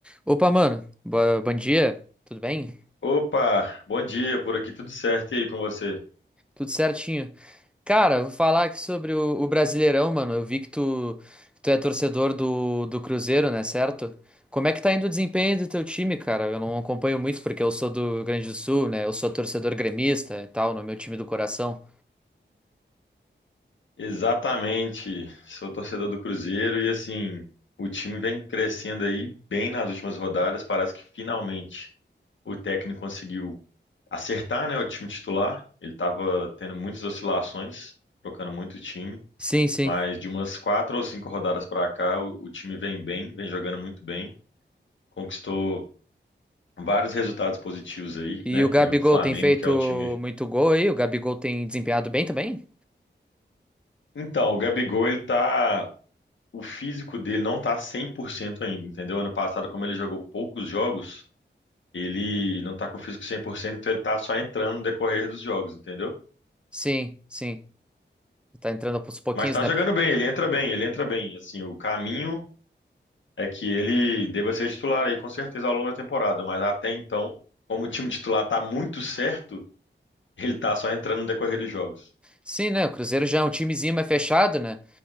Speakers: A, in the centre; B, on the left.
A: Opa, mano. Boa- bom dia. Tudo bem?
B: Opa, bom dia, por aqui tudo certo e aí com você?
A: Tudo certinho. Cara, vou falar aqui sobre o, o Brasileirão, mano. Eu vi que tu, que tu é torcedor do, do Cruzeiro, né? Certo? Como é que tá indo o desempenho do teu time, cara? Eu não acompanho muito porque eu sou do Rio Grande do Sul, né? Eu sou torcedor gremista e tal, no meu time do coração.
B: Exatamente, sou torcedor do Cruzeiro e assim, o time vem crescendo aí bem nas últimas rodadas, parece que finalmente o técnico conseguiu acertar, né, o time titular. Ele estava tendo muitas oscilações, trocando muito time,
A: Sim, sim.
B: mas de umas quatro ou cinco rodadas para cá, o, o time vem bem, vem jogando muito bem, conquistou vários resultados positivos aí,
A: E
B: né?
A: o Gabigol
B: Ganhou do Flamengo,
A: tem feito
B: que é um time
A: muito gol aí? O Gabigol tem desempenhado bem também?
B: então, o Gabigol, ele tá o físico dele não tá 100% ainda, entendeu? Ano passado, como ele jogou poucos jogos, ele não tá com o físico cem por cento então ele tá só entrando no decorrer dos jogos, entendeu?
A: Sim, sim. Tá entrando aos pouquinhos,
B: Mas tá
A: né?
B: jogando bem, ele entra bem, ele entra bem. Assim, o caminho é que ele deva ser titular aí com certeza ao longo da temporada, mas até então, como o time titular tá muito certo, ele tá só entrando no decorrer dos jogos.
A: Sim, né? O Cruzeiro já é um timezinho mais fechado, né?